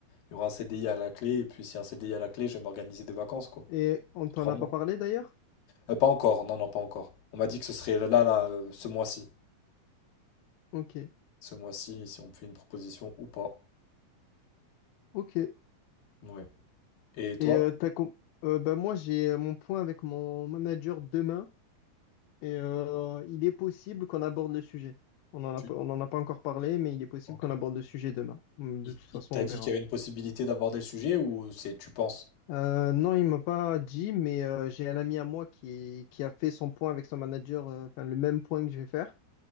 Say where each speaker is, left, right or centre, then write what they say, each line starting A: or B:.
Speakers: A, on the left; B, on the left.
A: il y aura un CDI à la clé. Et puis, si y a un CDI à la clé, je vais m'organiser des vacances, quoi.
B: Et on t'en
A: Trois
B: a
A: mois.
B: pas parlé d'ailleurs?
A: Euh, pas encore, non, non, pas encore. On m'a dit que ce serait là, là, euh, ce mois-ci.
B: Ok,
A: Ce mois-ci, si on me fait une proposition ou pas.
B: ok. Et
A: Ouais. Et toi?
B: euh, t'as com- euh, bah, moi j'ai euh, mon point avec mon manager demain et euh, il est possible qu'on aborde le sujet. On en
A: Tu...
B: a pas, on en a pas encore parlé, mais il est possible
A: Ok.
B: qu'on aborde le sujet demain. Hum, De
A: Il-
B: toute façon,
A: il- T'as
B: on
A: dit
B: verra.
A: qu'il y avait une possibilité d'aborder le sujet ou c'est tu penses?
B: Euh, non, il m'a pas dit, mais euh, j'ai un ami à moi qui, qui a fait son point avec son manager, euh, enfin le même point que je vais faire.